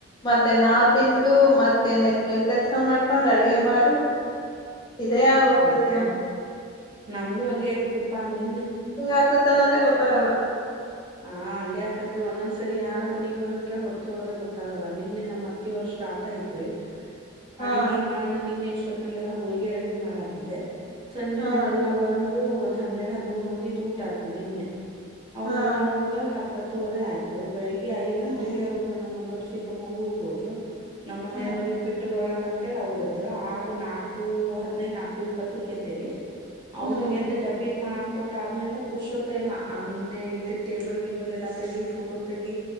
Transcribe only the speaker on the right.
ಹ್ಮ್ ಅದೇ
ನಮ್ದು ಹಂಗಗೆ ಆಗತ್ಪ್ಪಾ ನಿನ್ನೆ
ಹಾ ಹಂಗೆ್ಯಾಾಕತ್ರಿ ಒಂದೊಂದಸರಿ ಯಾರ ಮನಿಗ್ ಬಂದಬಿಟ್ರೆ ಹೊತ್ತ ಹೋಗೋದಾಗ ಗೊತ್ತಾಗಲ್ಲ ನಿನ್ನೆ ನ್ ಅತ್ತೆವ್ರ ಶ್ರಾ್ ಆಯ್ತೆ
ಅಡ್ಗೆಿ ಮಾಡ ನಿನ್ ಎಷ್ಟೊತ್ತಂಗೆಲ್ಲ ಹೋಳ್ಗ ಅಡ್ಗೆ ಮಾಡ ಹಾತಿದ್ದೆ ಸಂಜೆ
ಮೇಲೆ ಎಲ್ಲಾ ಬಂದ್ರು ಒಂದ್ ಹನ್ನೆರಡ್ ಹದ್ಮೂರ್ ಮಂದಿಿದ್ ಊಟ ಆದ್ರಿ ನಿನ್ನೆ ಅವ್ರ
ಎಲ್ಲ ಹೋದಾಗ ಹತ್ತತ್ತುವರೆ ಆಯ್ತು ಬೆಳಗ್ ಐ್ ಗಂಟೆಗೆ
ಅವ್ರು ನಮ್ಮ ದೊಡ್ಡ ಮ್ಮ ಊರಿಗೆಗ್ ಹೋದ್ ನಮ್ಮ ಮನೆಯರೋಗ್
ಬಿಟ್ಟ ಬರಕ್ಂತೇಳಿ ಅವ್ರ ಇದ್ರು ಆಗ ನಾಲ್ಕು ಹದ್ಿನೈದು ನಾಲ್ಕು ಇಪ್ಪತ್ತಕ್ ಎದ್ದಿರಿ ಅವ್ರಿಗೆ
ಎದ್ದ ಡಬ್ಬಿಗ್ ಮಾಡ್ಕೊಟ್ಟ ಆದ್ಮಿಂದ ಪುರುಷೋತ್ತ ಇಲ್ಲ ಆ ನಿನ್ನೆ ಇ ಟೇಬಲ್ ಗಿಬಲ್ ಎಲ್ಲ ತೆಗಿ ಫೋಟೋ ತೆಗಿ